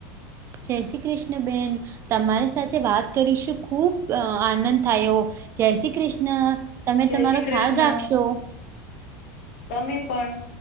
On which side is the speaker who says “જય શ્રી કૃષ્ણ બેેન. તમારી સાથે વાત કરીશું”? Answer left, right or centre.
Right